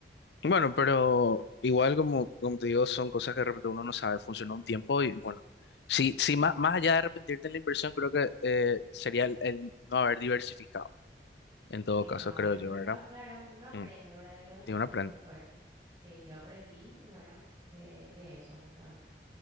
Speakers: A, on the left; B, on the right.
A: Bueno, pero igual como, como te digo, son cosas que de repente uno no sabe, funcionó un tiempo y bueno, sí, sí, más,
B: Sí.
A: más allá de arrepentirte en la inversión, creo que eh, sería el, el no haber diversificado, en todo
B: El
A: caso,
B: no haber
A: creo
B: diversificado,
A: yo, ¿verdad?
B: claro, uno aprende,
A: Mm,
B: ¿verdad? De los errores
A: y uno aprende.
B: que fue. Sí, yo aprendí, ¿verdad? De, de eso justamente,